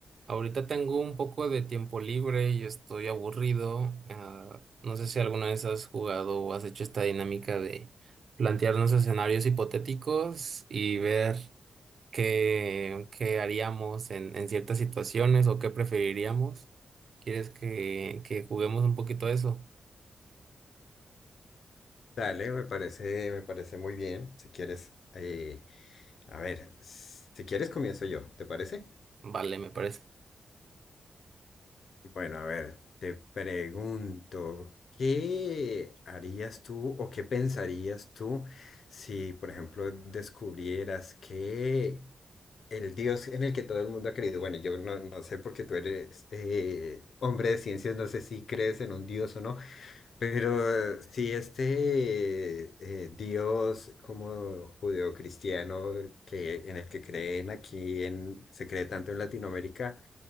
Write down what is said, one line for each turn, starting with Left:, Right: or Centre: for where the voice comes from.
Right: Ahorita tengo un poco de tiempo libre y estoy aburrido. Ah, no sé si alguna vez has jugado o has hecho esta dinámica de plantearnos escenarios hipotéticos y ver qué, qué haríamos en, en ciertas situaciones o qué preferiríamos. ¿Quieres que, que juguemos un poquito a eso?
Left: Dale, me parece, me parece muy bien. Si quieres, eh, a ver, si quieres comienzo yo, ¿te parece?
Right: Vale, me parece.
Left: Bueno, a ver, te pregunto, ¿qué harías tú o qué pensarías tú si, por ejemplo, descubrieras que el Dios en el que todo el mundo ha creído, bueno, yo no, no sé porque tú eres eh, hombre de ciencias, no sé si crees en un Dios o no, Pero si este eh, Dios como judeocristiano que, en el que creen aquí, en, se cree tanto en Latinoamérica,